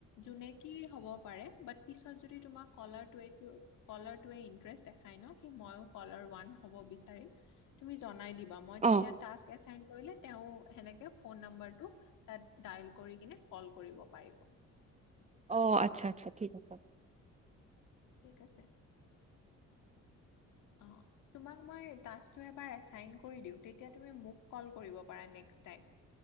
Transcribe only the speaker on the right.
অ
অ আচ্ছা আচ্ছা ঠিক আছে।